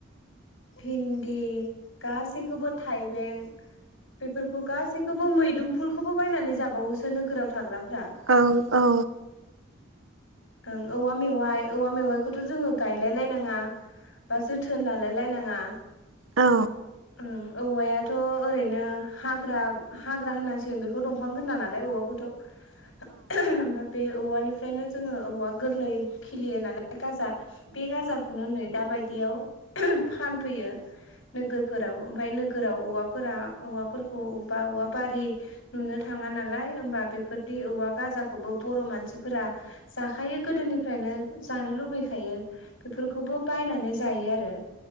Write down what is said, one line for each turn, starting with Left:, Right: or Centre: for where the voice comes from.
Left: भिन्दि गासैखौबो थाइबें बेफोरखौ गासैखौबो मैदुमफुलखौबो बायनानै जाबावोसो नोगोराव थाग्राफोरा
Right: औ औ
Left: ओं औवा मेवाइ औवा मेवाइखौथ' जोङो गायलाय लायनाङा बा जोथोन लालाय लायनाङा
Right: औ
Left: ओं औवायाथ' ओरैनो हाग्रा हाग्रा होननांसिगोन बेखौ दंफां होना नालाय औवाखौथ' ओफ्राय बे औवानिफ्रायनो जोङो औवा गोरलै खिलियो नालाय गाजा बे गाजाखौनो नै दाबायदियाव फानफैयो नोगोरफोराव ओमफाय नोगोराव औवाफोरा औवाफोरखौ बा औवा बारि नुनो थाङा नालाय ओमबा बेफोरनि औवा गाजाखौबो बर' मानसिफोरा जाखायो गोदोनिफ्रायनो जानो लुबैखायो बेफोरखौबो बायनानै जायो आरो